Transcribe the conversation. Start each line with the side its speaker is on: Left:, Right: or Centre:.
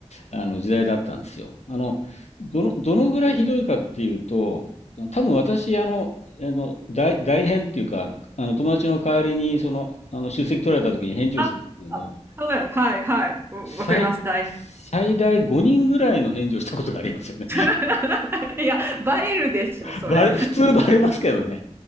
Left: あの時代だったんですよ。あのどの、どのぐらいひどいかっていうと多分私あのあの代、代返っていうかあの友達の代わりにその、あの出席取られた時に返事をするっていうのを
Right: あ、あはいはいはい。うわかります。
Left: 最、
Right: 大
Left: 最大5人ぐらいの返事をしたことがありますよね。
Right: <laughs> いや、バレるでしょ、
Left: <laughs>
Right: それ。
Left: バレ、普通バレますけどね。